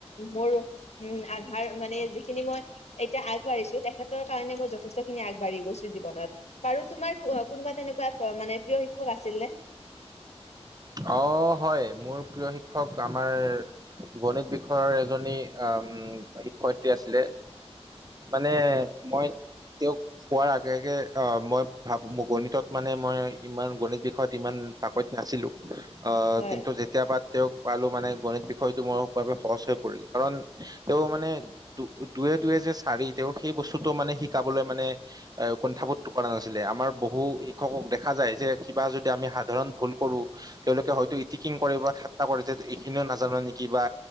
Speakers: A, on the left; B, on the right.
A: মোৰ- উম্, আধাৰ মানে যিখিনি মই- এতিয়া আগবাঢ়িছো, তেখেতৰ কাৰণে মই যথেষ্টখিনি আগবাঢ়ি গৈছোঁ জীৱনত। বাৰু তোমাৰ কোনোবা তেনেকুৱা মানে প্ৰিয় শিক্ষক আছিল নে?
B: অ' হয়, মোৰ প্ৰিয় শিক্ষক আমাৰ। গণিত বিষয়ৰ এজনী আহ্ শিক্ষয়িত্ৰী আছিলে। মানে মই তেওঁক- পোৱাৰ আগে আগে অ', মই ভাবো মই গণিতত মানে মই ইমান গণিত বিষয়ত ইমান প্ৰাকৈত নাছিলোঁ। অ',
A: হয়
B: কিন্তু যে। যেতিয়াবা তেওঁক পালো মানে গণিত বিষয়টো মোৰ বাবে সহজ হৈ পৰিল, কাৰণ তেওঁ মানে- দুয়ে দুয়ে যে চাৰি, তেওঁ সেই বস্তুটো মানে শিকাবলৈ মানে- এ কুণ্ঠাবোধ কৰা নাছিলে, আমাৰ বহু শিক্ষকক দেখা যায় যে, কিবা যদি আমি সাধাৰণ ভুল কৰোঁ। তেওঁলোকে হয়তো ইটিকিং কৰে বা ঠাট্টা কৰে যে, এইখিনিও নাজানা নেকি বা।